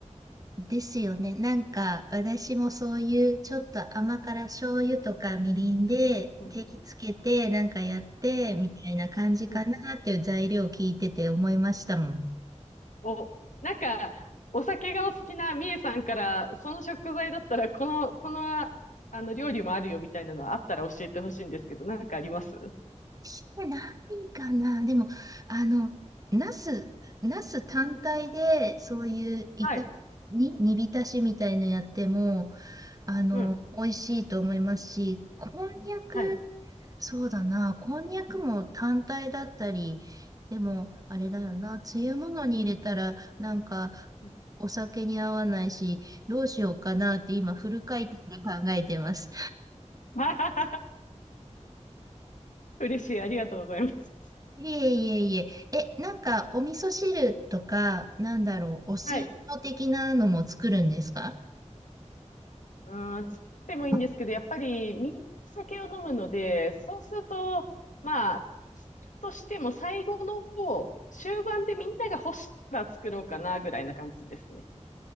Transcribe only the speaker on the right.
ですよね。なんか私もそういうちょっと甘辛醤油とかみりんで手つけてなんかやってみたいな感じかなっていう材料を聞いてて思いましたもん。
してないかな。でも、あの、ナス、ナス単体で、そういういた、
に、煮浸しみたいのやっても、あの、
美味しいと思いますし、こんにゃく、
そうだな、こんにゃくも単体だったり、でも、あれだよな、つゆものに入れたら、なんか、
お酒に合わないし、どうしようかなって今、フル回転で考えてます。
いえいえいえ。え、なんか、お味噌汁とか、なんだろう、お吸い物的なのも作るんですか
あ